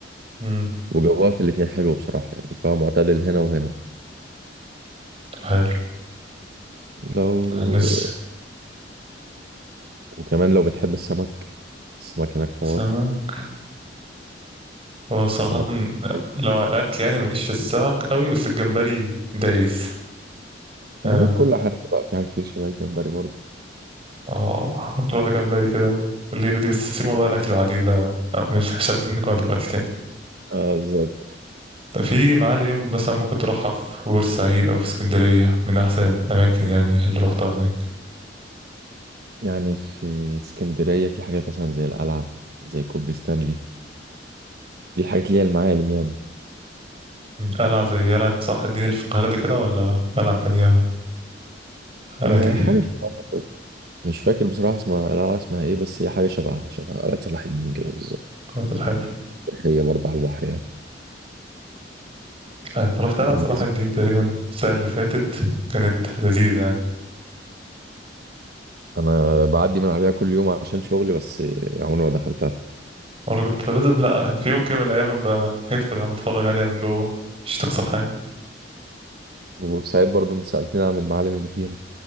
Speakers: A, on the right (about 30°); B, on the right (about 55°).
A: امم
B: وجوها في الاتنين حلو بصراحة يعني جوها معتدل هنا وهنا
A: طب حلو
B: لو
A: الناس
B: وكمان لو بتحب السمك السمك هناك حوار
A: سمك هو صراحة
B: السمك في بورسعيد.
A: لو على الأكل يعني ماليش في السمك قوي بس الجمبري دايس اه
B: هناك كل حاجة بقى في حاجات كتير شبه الجمبري برضه
A: آه، مكرونة جمبري كده والليلة دي بس سيب موضوع الأكل بعدين ده آه، مش مش عايزين نقعد دلوقتي تاني
B: اه بالظبط
A: طب في معالم مثلا ممكن تروحها في بورسعيد أو في اسكندرية من أحسن الأماكن يعني اللي روحتها هناك
B: يعني في اسكندرية في حاجات مثلا زي القلعة زي كوبري ستانلي دي الحاجات اللي هي المعالم يعني
A: قلعة زي قلعة صلاح الدين اللي في القاهرة دي كده ولا قلعة تانية حالتي
B: أه حاجة شبهها كده مش فاكر بصراحة اسمها القلعة اسمها ايه بس هي حاجة شبهها شبه قلعة صلاح الدين كده بالظبط
A: خاطر حلو
B: هي برضه على البحر يعني
A: آه، أنا رحت أنا
B: بالنسبة
A: صراحة الدين تقريبا السنة اللي فاتت كانت لذيذة يعني
B: أنا بعدي من عليها كل يوم عشان شغلي بس عمري ما دخلتها
A: مرة كنت فلازم لأ في يوم كده من الأيام بقى هيدخل عم أتفرج عليها من جوه مش تخسر حاجة
B: وبورسعيد برضه أنت سألتني عن المعالم اللي فيها